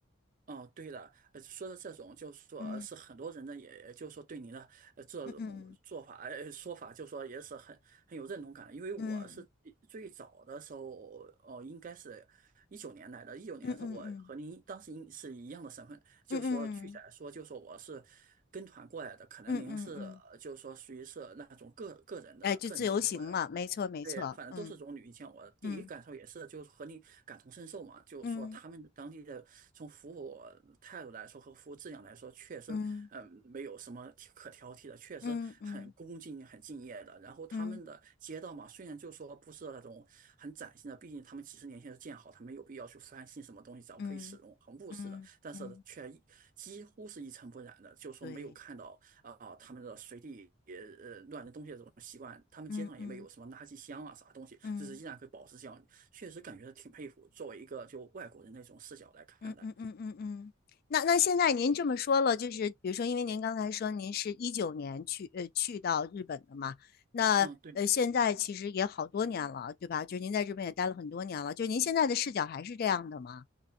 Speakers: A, on the right; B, on the left.
A: 哦，对的，呃，说的这种就是说呃是很多人呢，
B: 嗯
A: 也，就是说对你的呃这种做法、
B: 嗯
A: 呃说法，就说也是很很有认同感。因为我是最早的时候，
B: 嗯
A: 哦、应该是一九年来的，一九年是我和您当时应是一样的身份，
B: 嗯嗯嗯
A: 就说具体来说，
B: 嗯嗯
A: 就说我是跟团过来的，可能您是呃就是说属于是那种个个人的个人情况。
B: 嗯嗯嗯，哎，就自由行嘛，没错没错，
A: 对，反正都是种女行。
B: 嗯
A: 千，我第一感受也是，
B: 嗯
A: 就是和你感同身受嘛，就是说他们当地的从服务态度来说和服务质量来说，
B: 嗯
A: 确实，
B: 嗯
A: 嗯，没有什么挑可挑剔的，确实很恭敬、
B: 嗯嗯
A: 很敬业的。然后他们的街道嘛，
B: 嗯
A: 虽然就说不是那种很崭新的，毕竟他们几十年前是建好，他没有必要去翻新什么东西，只要可以使用，
B: 嗯
A: 很务实的，
B: 嗯嗯，
A: 但是却一几乎是一尘不染的，就说没有看到。
B: 对，
A: 啊、他们的随地呃乱扔东西的这种习惯，他们街上也没有什么垃圾箱啊啥东西，
B: 嗯嗯嗯
A: 这是依然可以保持这样，确实感觉挺佩服。作为一个就外国人那种视角来看待，
B: 嗯嗯嗯嗯嗯。那那现在您这么说了，就是比如说，因为您刚才说您是一九年去呃去到日本的嘛，那呃现在其实也好多年了，
A: 嗯，对，
B: 对吧？就是您在日本也待了很多年了，就是您现在的视角还是这样的吗？